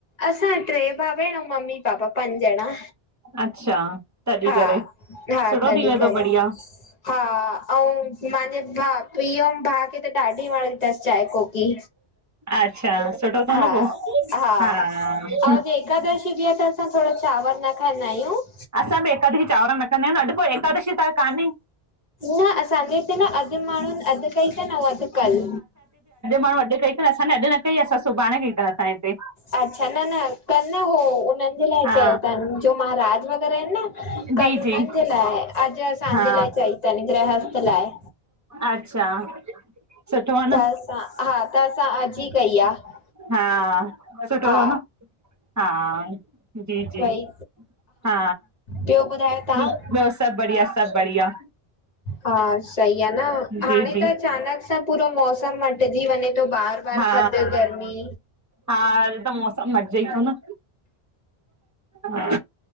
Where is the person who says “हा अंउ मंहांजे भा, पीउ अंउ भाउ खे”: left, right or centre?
Left